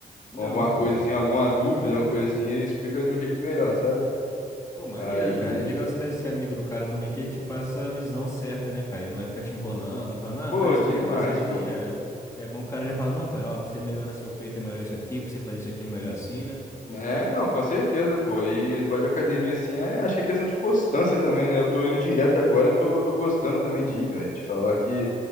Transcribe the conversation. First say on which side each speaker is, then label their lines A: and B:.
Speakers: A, on the left; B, on the left.
A: Não,
B: ou alguma
A: pô,
B: coisa assim, alguma dúvida,
A: pode
B: uma
A: crer.
B: coisa assim, ele explica de um jeito melhor, sabe?
A: Pô, maneiro,
B: Aí,
A: cara. É legal você estar esse amigo do cara também, que ele te passa a visão certa, né, cara? Ele não vai ficar te enrolando, falando, ah,
B: pô,
A: faz
B: demais,
A: qualquer coisa aí,
B: pô.
A: já. É bom que o cara já fala, não, cara, ó, pra você melhorar seu peito é melhor isso aqui, pra você fazer isso aqui é melhor assim, né?
B: É, não, com certeza, pô. E no bode de academia, assim, é, acho que é questão de constância também, né? Eu tô indo direto agora, eu tô, tô gostando também de ir, velho. Te falar que